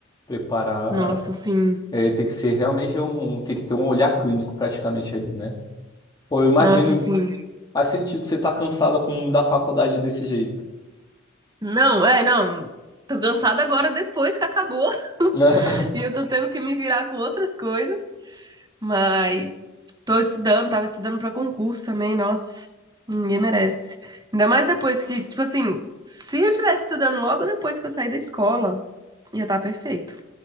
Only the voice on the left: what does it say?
preparar,
é, tem que ser realmente um, tem que ter um olhar clínico praticamente ali, né? Pô, eu imagino,
faz sentido você estar cansada com, da faculdade desse jeito.
<laughs>